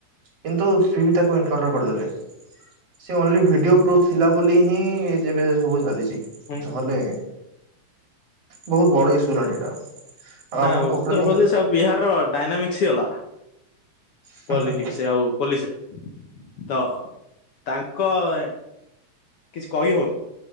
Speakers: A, on the right; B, on the left.
A: କିନ୍ତୁ ଫିରବି ତାକୁ ଏନକାଣ୍ଟର କରିଦେଲେ। ସେ ଓନଲି ଭିଡିଓ ପ୍ରୁଫ୍ ଥିଲା ବୋଲି ହିଁ ଯେବେ ସବୁ ଚାଲିଛି।
B: ହୁଁ
A: ନହେଲେ
B: ହୁଁ ହୁଁ।
A: ବହୁତ ବଡ ଇସୁ ହେଲାଣି ଏଇଟା। ଆଉ
B: ନା
A: ଆପଣ କୋକରୋଚ
B: ଉତ୍ତରପ୍ରଦେଶ ଆଉ ବିହାର ର ଡାଇନାମିକ୍ସ ଇ ଅଲଗା।
A: ହୁଁ
B: ପୋଲିଟିକ୍ସ
A: ହୁଁ
B: ଆଉ ପଲିସିରେ ତ ତାଙ୍କ। କ ଏ କିଛି କହି ହଉନି